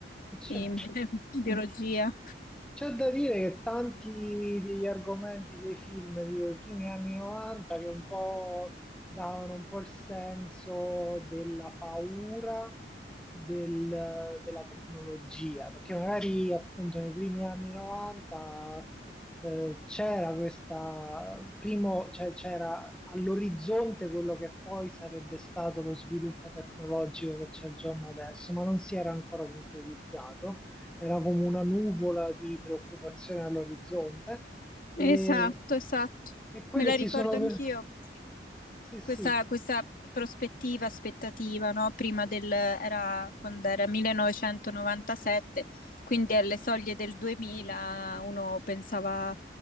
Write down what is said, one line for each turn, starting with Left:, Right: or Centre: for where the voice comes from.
Centre: Cioè,
Left: in <laughs> biologia.
Centre: C'è da dire che tanti degli argomenti dei film di quei primi anni 90 che un po' davano un po' il senso della paura del- della tecnologia, perché magari appunto nei primi anni 90 eh, c'era questa, primo, cioè, c'era all'orizzonte quello che poi sarebbe stato lo sviluppo tecnologico che c'è al giorno adesso, ma non si era ancora concretizzato era come una nuvola di preoccupazione all'orizzonte e,
Left: Esatto, esatto.
Centre: e quelle
Left: Me la
Centre: si
Left: ricordo
Centre: sono...
Left: anch'io così.
Centre: Sì, sì,
Left: Questa, questa prospettiva, aspettativa, no? Prima del, era quando era 1997, quindi alle soglie del 2000 uno pensava